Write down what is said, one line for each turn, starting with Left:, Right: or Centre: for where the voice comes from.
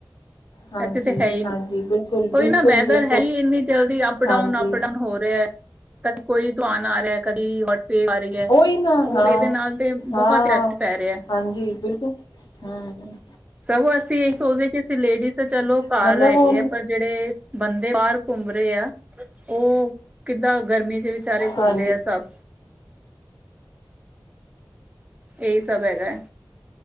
Left: ਹਾਂਜੀ
Right: ਇੱਥੇ ਤਾਂ ਹੈ ਹੀ ਨਹੀਂ,
Left: ਹਾਂਜੀ ਬਿਲਕੁਲ
Right: ਕੋਈ
Left: ਬਿਲਕੁਲ
Right: ਨਾ ਵੈਦਰ
Left: ਬਿਲਕੁਲ
Right: ਹੈ ਹੀ ਇੰਨੀ ਜਲਦੀ ਅਪ
Left: ਹਾਂਜੀ
Right: ਡਾਊਨ, ਅਪ ਡਾਊਨ ਹੋ ਰਿਹਾ ਹੈ। ਕਦੀ ਕੋਈ ਤੂੰ ਆ ਨਾ ਆ ਰਿਹਾ, ਕਦੀ ਵੇਵ ਆ ਰਹੀ ਹੈ
Left: ਉਹੀ ਨਾ,
Right: ਉਹ
Left: ਹਾਂ,
Right: ਇਹਦੇ ਨਾਲ ਤੇ ਬਹੁਤ
Left: ਹਾਂ
Right: ਇਫੈਕਟ ਪੈ ਰਿਹਾ
Left: ਹਾਂਜੀ, ਬਿਲਕੁਲ ਹਾਂ।
Right: ਸਗੋਂ ਅਸੀਂ ਇਹੀ ਸੋਚਦੇ, ਕਿ ਅਸੀਂ ਲੇਡੀਜ਼ ਤਾਂ ਚਲੋ ਘਰ
Left: ਮਤਲਬ
Right: ਰਹਿ ਗਈ
Left: ਉਹ
Right: ਪਰ ਜਿਹੜੇ ਬੰਦੇ, ਬਾਹਰ ਘੁੰਮ ਰਹੇ ਆ ਉਹ ਕਿੱਦਾਂ, ਗਰਮੀ 'ਚ ਵਿਚਾਰੇ ਘੁੰਮਦੇ
Left: ਹਾਂਜੀ
Right: ਆ ਸਭ ਇਹੀ ਸਭ ਹੈਗਾ ਹੈ,